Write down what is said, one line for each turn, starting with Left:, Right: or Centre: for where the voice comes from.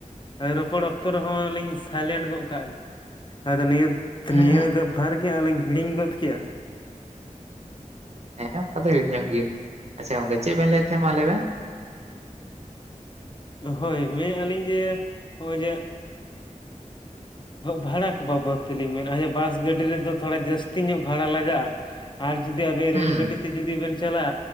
Left: ᱨᱚᱯᱚᱲ ᱚᱠᱛᱚ ᱨᱮᱦᱚᱸ ᱞᱤᱧ ᱥᱟᱭᱞᱮᱱᱴ ᱜᱚᱫ ᱠᱟᱜ ᱜᱮ ᱟᱫᱚ ᱱᱤᱭᱟᱹᱼᱼ
Right: ᱦᱮᱸ
Left: ᱱᱤᱭᱟᱹ ᱜᱮ ᱵᱷᱟᱨ ᱜᱮ ᱞᱤᱧ ᱦᱤᱲᱤᱧ ᱜᱚᱫ ᱠᱮᱜᱼᱟᱼᱼ
Right: ᱦᱮᱸ ᱚᱱᱠᱟ ᱫᱚ ᱦᱤᱲᱤᱧᱚᱜ ᱜᱮᱭᱟ ᱟᱪᱷᱟ ᱜᱚᱢᱠᱮ ᱪᱮᱫ ᱵᱮᱱ ᱞᱟᱹᱭᱮᱫ ᱛᱟᱦᱮᱸᱫ ᱢᱟ ᱞᱟᱹᱭ ᱵᱮᱱ?
Left: ᱦᱳᱭ ᱢᱮᱱᱮᱫᱼᱟ ᱞᱤᱧ ᱡᱮ ᱱᱚᱜᱼᱚᱭ ᱡᱮᱼᱼ ᱵᱷᱟᱲᱟ ᱠᱚ ᱵᱟᱵᱚᱫ ᱛᱮᱞᱤᱧ ᱢᱮᱱᱟ ᱵᱟᱥ ᱜᱟᱹᱰᱤ ᱨᱮᱫᱚ ᱛᱷᱚᱲᱟ ᱡᱟᱹᱥᱛᱤ ᱧᱚᱜ ᱵᱷᱟᱲᱟ ᱞᱟᱜᱟᱜᱼᱟ ᱾ ᱟᱨ ᱡᱩᱫᱤ ᱟᱵᱮᱱ
Right: ᱦᱩᱸ
Left: ᱨᱮᱹᱞ ᱜᱟᱹᱰᱤ ᱛᱮ ᱡᱩᱫᱤ ᱵᱮᱱ ᱪᱟᱞᱟᱜᱼᱟ